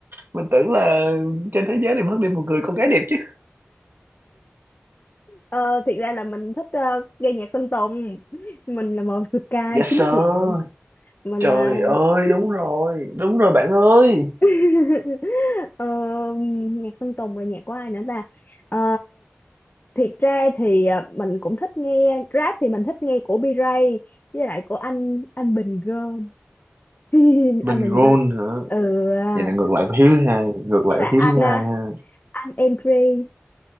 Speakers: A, on the right; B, on the left.
A: Mình tưởng là trên thế giới này mất đi một người con gái đẹp chứ
B: ờ, thiệt ra là mình thích ờ, nghe nhạc Sơn Tùng mình là một Sky
A: Yes
B: chính
A: sir
B: diệu mình
A: Trời
B: là
A: ơi đúng rồi Đúng rồi bạn ơi
B: <laughs> ờ, nhạc Sơn Tùng rồi nhạc của ai nữa ta Ờ, thiệt ra thì ờ, mình cũng thích nghe rap thì mình thích nghe của B-Ray với lại của anh anh Bình Gơn <laughs>
A: Bình
B: anh Bình
A: gôn
B: Gơn
A: hả
B: ừ à.
A: Vậy là ngược lại của Hiếu thứ hai Ngược lại
B: với lại
A: của Hiếu
B: anh
A: thứ hai
B: à,
A: ha
B: anh Entry